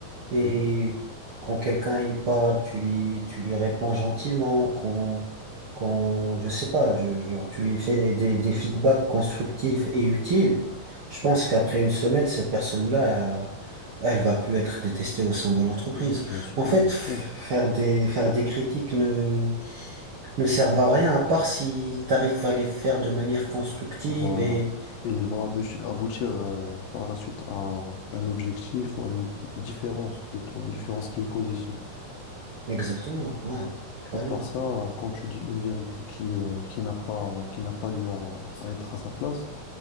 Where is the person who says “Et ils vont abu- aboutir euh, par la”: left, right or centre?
Left